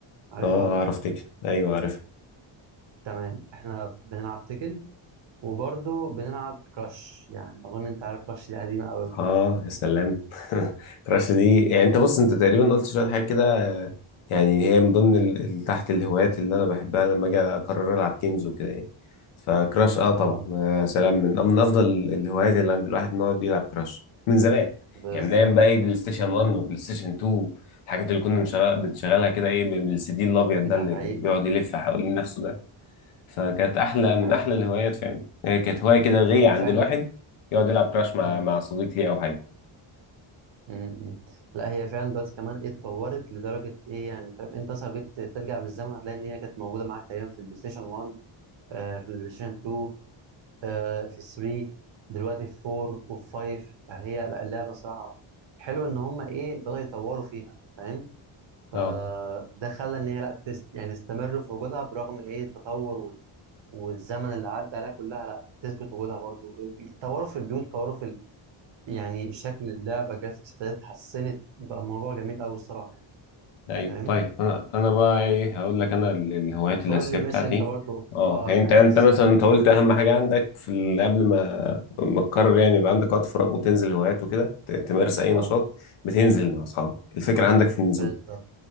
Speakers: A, on the right; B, on the left.
A: عارفها
B: اه
A: ولا
B: اعرف تكن ايوه عارف
A: تمام احنا بنلعب تيكن وبرضه بنلعب كراش يعني أظن أنت عارف كراش دي قديمة أوي كده
B: اه يا سلام <laughs> كراش دي يعني انت بص انت تقريبا قلت شويه حاجات كده آه، يعني هي من ضمن ال... ال- تحت الهوايات اللي انا بحبها لما اجي اقرر العب جيمز وكده يعني فكراش اه
A: اه
B: طبعا آه، يا سلام من من افضل الهوايات اللي عند الواحد ان هو يلعب كراش من زمان
A: بالظبط
B: يعني من ايام بقى ايه بلاي ستيشن 1 وبلاي ستيشن 2 الحاجات اللي كنا بنشغل... بنشغلها كده ايه بال- بالسي دي الابيض
A: ده
B: ده اللي
A: حقيقي
B: بيقعد يلف حوالين نفسه ده فكانت احلى
A: ده حقيقي
B: من احلى
A: يعني.
B: الهوايات فعلا هي كانت هوايه كده غيه
A: وفعلا
B: عند الواحد يقعد يلعب كراش مع
A: م-
B: مع صديق ليه او حاجه
A: م- م. لا هي فعلا دلوقتي كمان ايه اتطورت لدرجة ايه يعني فاهم انت اصلا لو جيت ترجع بالزمن هتلاقي ان هي كانت موجودة معاك تقريبا في البلاي ستيشن 1 آه في البلاي ستيشن 2 آه في 3 دلوقتي في 4 وفي 5 فهي لا اللعبة صراحة حلو ان هم ايه بدأوا يطوروا فيها فاهم فده
B: اه
A: خلى ان هي لا تست يعني تستمر في وجودها برغم ايه التطور وال- والزمن اللي عدى عليها كلها لا تثبت وجودها برضو طوروا في البيوت طوروا في ال... يعني شكل اللعبه الجرافيكس ابتدت اتحسنت بقى الموضوع جميل قوي الصراحه يعني
B: ايوه
A: فاهم
B: طيب انا انا بقى ايه هقول لك انا ال- الهوايات الاساسيه
A: قول لي
B: بتاعتي
A: ماشي انت برضو
B: اه
A: اه
B: يعني
A: الحاجات
B: انت انت
A: الاساسيه
B: مثلا انت قلت اهم حاجه عندك في ال- قبل ما ما تقرر يعني يبقى عندك وقت فراغ وتنزل هوايات وكده ت- تمارس اي
A: اه
B: نشاط بتنزل مع اصحابك الفكره عندك في النزول
A: بالظبط